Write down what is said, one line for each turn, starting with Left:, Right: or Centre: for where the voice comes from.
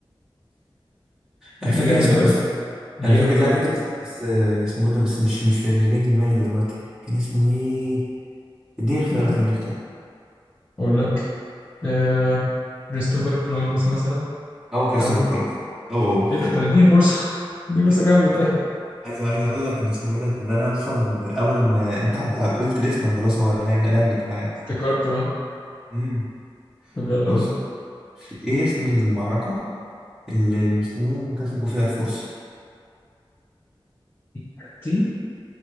Centre: انا
Left: دي
Centre: فاكر
Left: جامدة
Centre: اسمه
Left: بقى
Centre: بس
Left: دي دي
Centre: انا
Left: جامدة
Centre: فاكر لا
Left: بقى
Centre: فاكر
Left: دي
Centre: اسمه بس آه، اسمه إيه ده بس مش مش مش جاي في دماغي دلوقتي كان اسمه ايه اديني اختيار
Left: لا لا
Centre: اديني اختيار
Left: أقول لك آه... كريستوفر كولومبوس مثلا
Centre: هو كريستوفر
Left: أو
Centre: كولومبس او او
Left: إيه ده طب اديني فرصة <laughs> اديني
Centre: <laughs>
Left: فرصة كمل طيب
Centre: عايز عايز اقول لك ان اسمه ايه ده ان انا اصلا اول لما انت ع- قلت الاسم أنا خلاص هو لن- لنك معايا
Left: افتكرته ها
Centre: امم
Left: طب يلا
Centre: بص
Left: قول
Centre: ايه اسم المعركة اللي المسلمين كسبوا فيها الفرس
Left: حطين